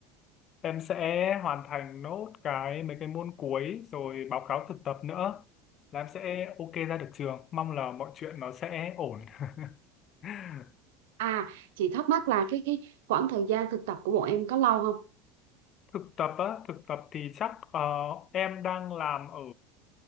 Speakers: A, on the left; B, on the right.
A: em sẽ hoàn thành nốt cái mấy cái môn cuối rồi báo cáo thực tập nữa là em sẽ ok ra được trường mong là mọi chuyện nó sẽ ổn <laughs>
B: à chị thắc mắc là cái cái khoảng thời gian thực tập của bọn em có lâu không
A: thực tập á thực tập thì chắc ờ, em đang làm ở